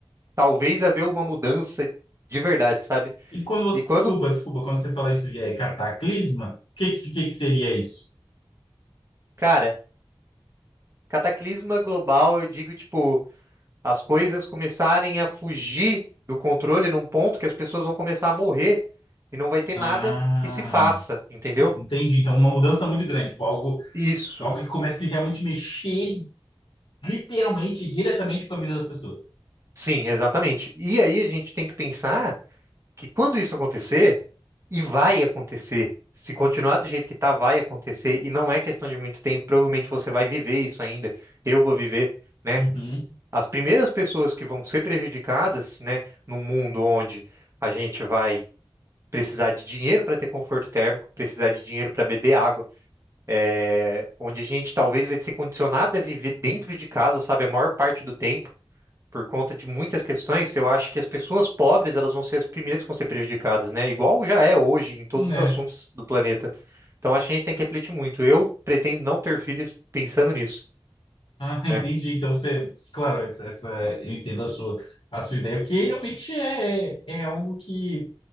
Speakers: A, on the right (about 35°); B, on the left (about 70°).
A: talvez haver uma mudança de verdade, sabe?
B: E quando você,
A: E quando,
B: desculpa, desculpa, quando você fala isso de é, cataclisma, o que, que, que seria isso?
A: cara, cataclisma global, eu digo, tipo, as coisas começarem a fugir do controle num ponto que as pessoas vão começar a morrer e não vai ter
B: Ah,
A: nada que se faça, entendeu?
B: entendi. Então, uma mudança muito grande, tipo, algo,
A: Isso,
B: algo que comece a realmente mexer literalmente, diretamente com a vida das pessoas.
A: sim, exatamente. E aí a gente tem que pensar que quando isso acontecer, e vai acontecer, se continuar do jeito que tá, vai acontecer, e não é questão de muito tempo, provavelmente você vai viver isso ainda, eu vou viver né?
B: Uhum.
A: As primeiras pessoas que vão ser prejudicadas, né, num mundo onde a gente vai precisar de dinheiro para ter conforto térmico, precisar de dinheiro para beber água, é, onde a gente talvez vai ser condicionado a viver dentro de casa, sabe, a maior parte do tempo, por conta de muitas questões, eu acho que as pessoas pobres, elas vão ser as primeiras que vão ser prejudicadas, né? Igual já é hoje em todos
B: É.
A: os assuntos do planeta. Então acho que a gente tem que refletir muito. Eu pretendo não ter filhos pensando nisso,
B: Ah, <laughs> entendi.
A: né?
B: Então, você, claro, essa, essa- eu entendo a sua, a sua ideia, porque realmente é, é é algo que